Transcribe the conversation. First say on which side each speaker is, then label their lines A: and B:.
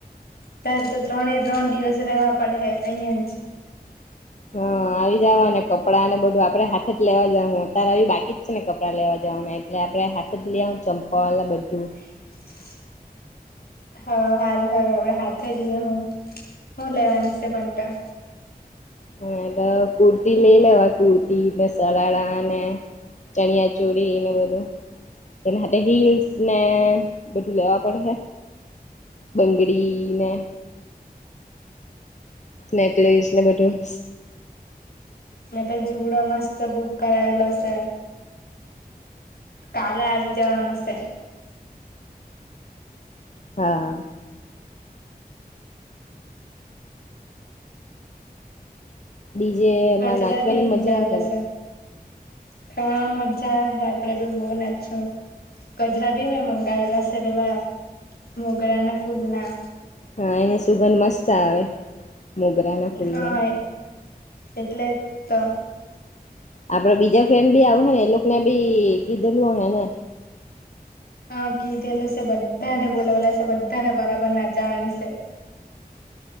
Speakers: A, on the left (about 75°); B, on the left (about 50°).
A: ત્યારે તો ત્રણે ત્રણ દિવસ રેવા પડે અહિયાં જ
B: હ આવી જાઓ અને કપડાં ને બધું આપડે હાથે જ લેવા જાઉ હું અત્યારે આવી બાકી જ છે ને કપડાં લેવા જઉં એટલે આપડે હાથે જ લઇ આવું ચંપા એ બધું
A: <inaudible> હા હારું હારું આપડે હાથે જ લેહું હું લેવાની છે પણ?
B: માં તો કુર્તી લઈ લેવા આ કુર્તીને સડાડાને ચણિયા ચૂડીને બધું તેના હાથે હિલ્સ ને બેધું લવા પડશે. બંગડીને નેકલેસને બધું
A: મે તો જુડો મસ્ત બુક કરાવેલસે કાલે આવી જવાનું હશે
B: હા ડીજે માં
A: ગજરા
B: નાચવાની
A: ભી
B: મજા
A: મુંગાવલા
B: આવે ને
A: છે હ મજા આવે હ આપડે બી બહ નાચું કજરા બી મેં મંગાવેલા છે પેલા મોગરા ના ફૂલ ના
B: હા એની સુગંધ મસ્ત આવે મોગરા ના ફૂલની
A: હા એટલે તો
B: આપડ બીજા ફ્રેન્ડ બી આવ હે ને એ લોકોને બી કીધેલું હ ને
A: હા કીધેલું છે બધાને બોલાવાલા છે બધાને બરાબર નાચાવાની છે <inaudible>